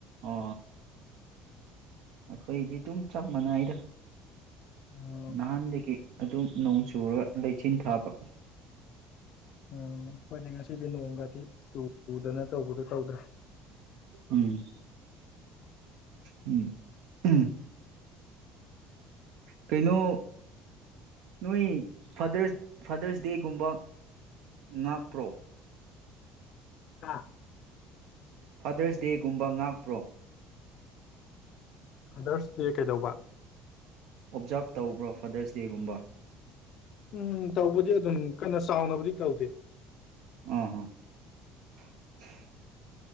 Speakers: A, on the right (about 75°); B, on the left (about 55°).
A: ꯑꯣ ꯑꯩꯈꯣꯏꯗꯤ ꯑꯗꯨꯝ ꯆꯞ ꯃꯥꯟꯅꯩꯗ
B: ꯎꯝ ꯎꯝ
A: ꯅꯍꯥꯟꯗꯒꯤꯗꯒꯤ ꯑꯗꯨꯝ ꯅꯣꯡ ꯆꯨꯔꯒ ꯂꯩꯆꯤꯟ ꯊꯥꯕ
B: ꯎꯝꯣꯏꯅꯤꯡꯉ ꯁꯤꯔꯤ ꯅꯣꯡꯒꯥꯇ ꯆ ꯎꯗꯅ ꯇꯧꯕꯗꯣ ꯇꯧꯗ꯭ꯔꯥ
A: ꯎꯝ ꯎꯝ ꯎꯝ ꯀꯩꯅꯣ ꯅꯣꯏ ꯐꯥꯗꯔꯁ ꯐꯥꯗꯔꯁ ꯗꯦꯒꯨꯝꯕ ꯉꯥꯛꯄ꯭ꯔꯣ
B: ꯍꯥꯥ
A: ꯐꯥꯗꯔꯁ ꯗꯦꯒꯨꯝꯕ ꯉꯥꯛꯄ꯭ꯔꯣ
B: ꯐꯥꯗꯔꯁ ꯗꯦ ꯀꯩꯗꯧꯕ
A: ꯑꯣꯞꯖꯥꯞ ꯇꯧꯕ꯭ꯔꯣ ꯐꯥꯗꯔꯁ ꯗꯦꯒꯨꯝꯕ
B: ꯎꯝ ꯇꯧꯕꯨꯗꯤ ꯑꯗꯨ ꯀꯟꯅ ꯆꯥꯎꯅꯕꯗꯤ ꯇꯧꯗꯦ
A: ꯑꯥ ꯑꯥ <inaudible>